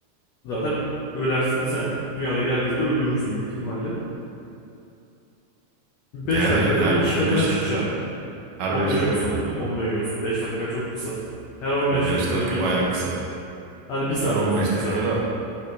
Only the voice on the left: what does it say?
zaten ölersin sen. Dünyadaki herkesi de öldürürsün büyük ihtimalle. 5
dakikada
bir iki
katına çıkacaksın.
15
olsun hadi. 15 olsun. 5 dakika çok kısa. Her 15
dakikada
bir iki
katı.
Hadi bir saat
olsun bir
saat.